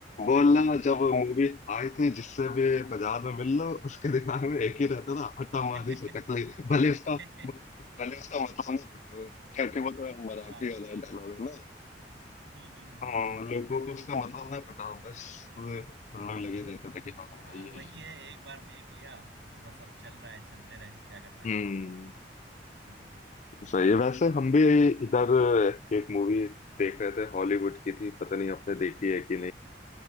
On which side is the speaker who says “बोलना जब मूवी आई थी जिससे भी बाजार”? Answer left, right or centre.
Left